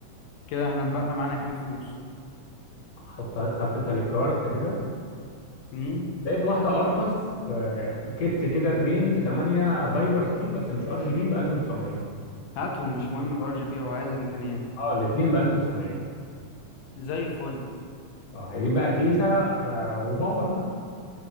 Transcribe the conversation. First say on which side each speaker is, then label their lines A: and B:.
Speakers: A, on the left (about 80°); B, on the left (about 55°).
A: كده احنا بقى معانا كام فلوس
B: حط حطيتها للكارت كده
A: امم
B: لقيت واحدة ارخص آه، كت كده 2 في 8 فايبر ستيل بس مش ار جي بي ب 1900
A: هاتهم مش مهم الار جي بي هو عايز امكانيات
B: اه الاثنين ب 1900
A: زي الفل
B: اه عايزين بقى كيسة آه، وباور بقى